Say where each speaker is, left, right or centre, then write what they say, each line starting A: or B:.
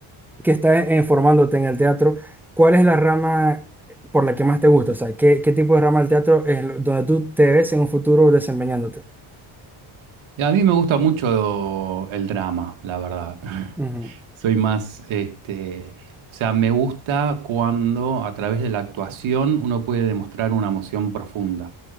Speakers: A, in the centre; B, on the right.
A: que estás eh, formándote en el teatro, ¿cuál es la rama por la que más te gusta? O sea, ¿qué, qué tipo de rama del teatro es lo- donde tú te ves en un futuro desempeñándote?
B: Y a mí me gusta mucho el drama, la verdad. <laughs>
A: Ujú,
B: Soy más, este, o sea, me gusta cuando a través de la actuación uno puede demostrar una emoción profunda.